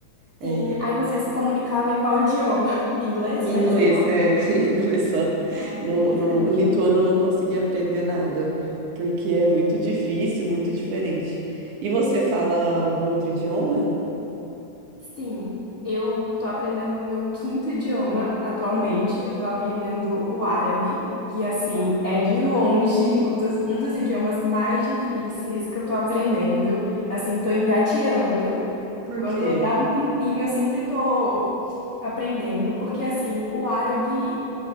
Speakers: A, on the right; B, on the left.
A: É,
B: sim. Aí você se comunicava em qual idioma? <laughs> Inglês
A: inglês,
B: mesmo? lá
A: é, <laughs> inglês só.
B: Ah,
A: Não,
B: interessante.
A: não, o lituano não conseguia aprender nada, porque é muito difícil, muito diferente. E você fala algum outro idioma?
B: Sim, eu tô aprendendo o meu quinto idioma atualmente.
A: Ah,
B: Eu tô aprendendo o árabe, que assim
A: uau.
B: é de longe o dos- um dos idiomas mais difíceis que eu tô aprendendo. Assim, tô engateando.
A: Por
B: Quando
A: quê?
B: dá um tempinho, eu sempre tô aprendendo, porque assim, o árabe